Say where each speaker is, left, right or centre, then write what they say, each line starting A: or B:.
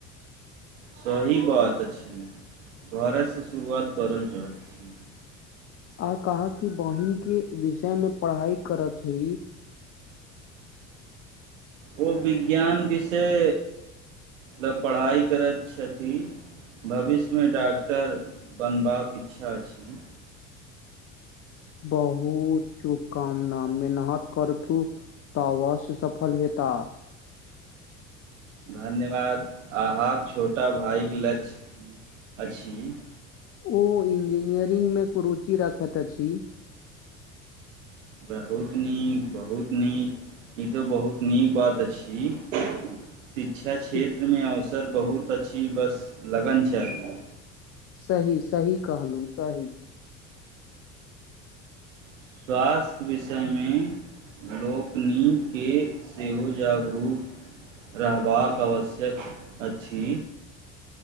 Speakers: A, on the right; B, on the left.
A: सही बात अछि घरेसँ शुरुआत करल चाहैत छी
B: आ कह कि बहिन के विषय मे पढ़ाई करत छै
A: ओ विज्ञान विषय ल पढ़ाइ करैत छथि भविष्यमे डाक्टर बनबाक इच्छा छी
B: बहुत शुभकामना मेनहत करथू। तऽ अवश्य सफल हेता।
A: धन्यवाद अहाँक छोटा भायक लक्ष्य की अछि।
B: ओ इंजीनियरिंगमे कुरुचि रखैत अछि।
A: बहुत नीक बहुत नीक ई तऽ बहुत नीक बात अछि।
B: <inaudible>
A: शिक्षा
B: सि-
A: क्षेत्रमे अवसर बहुत अछि बस लगन चाही।
B: सही सही कहलु सही।
A: स्वास्थ्य विषयमे लोकनिकेँ सेहो जागरूक रहबाक आवश्यक अछि।